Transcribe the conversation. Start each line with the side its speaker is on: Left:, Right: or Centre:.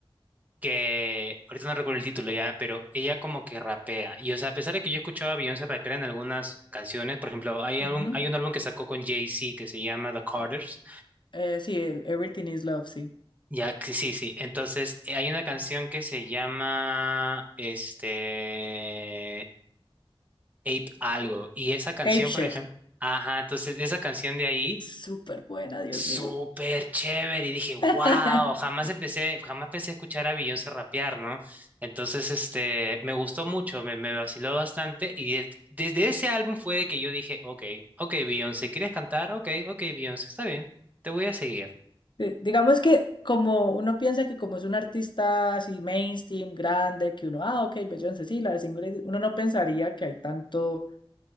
Right: que ahorita no recuerdo el título ya, pero ella como que rapea. Y o sea, a pesar de que yo escuchaba a Beyoncé rapear en algunas canciones, por ejemplo, hay algún,
Left: ujú.
Right: hay un álbum que sacó con Jay-Z que se llama The Carters.
Left: Eh, eh, sí, el Everything is Love, sí.
Right: Ya, que sí, sí. Entonces, eh, hay una canción que se llama este Ape algo y esa canción,
Left: Ape Shit.
Right: por ejemplo, ajá, entonces esa canción de ahí
Left: Súper buena, Dios
Right: Súper
Left: mío.
Right: chévere y dije,
Left: <laughs>
Right: wow, jamás empecé, jamás pensé escuchar a Beyoncé rapear, ¿no? Entonces, este, me gustó mucho, me, me vaciló bastante y de- desde ese álbum fue de que yo dije, ok, ok, Beyoncé, ¿quieres cantar? Ok, ok, Beyoncé, está bien, te voy a seguir.
Left: Eh, Digamos que como uno piensa que como es un artista así mainstream, grande, que uno, ah, ok, Beyoncé, sí, la de Single Ladies", uno no pensaría que hay tanto,